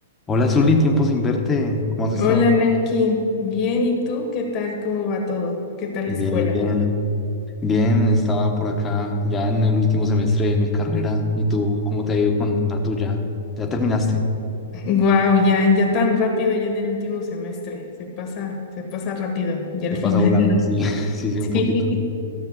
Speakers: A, on the left; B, on the left.
A: Hola Zuli, tiempo sin verte. ¿Cómo has estado?
B: Hola Melkin, bien, ¿y tú? ¿Qué tal? ¿Cómo va todo? ¿Qué tal
A: Bien,
B: la escuela?
A: bien. Bien, estaba por acá ya en el último semestre de mi carrera. ¿Y tú cómo te ha ido con la tuya? ¿Ya terminaste?
B: Wow, ya, ya tan rápido, ya en el último semestre, se pasa, se pasa rápido, ya al
A: Te
B: final,
A: pasa volando,
B: ¿no?
A: sí,
B: <laughs>
A: <laughs> sí, sí,
B: Sí,
A: un poquito.